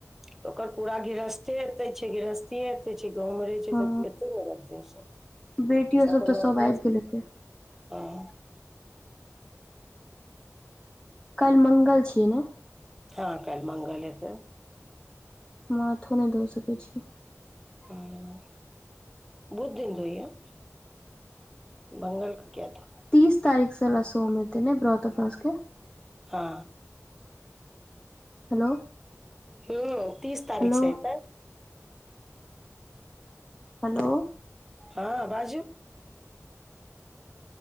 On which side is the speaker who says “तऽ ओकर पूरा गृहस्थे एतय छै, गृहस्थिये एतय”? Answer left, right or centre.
Centre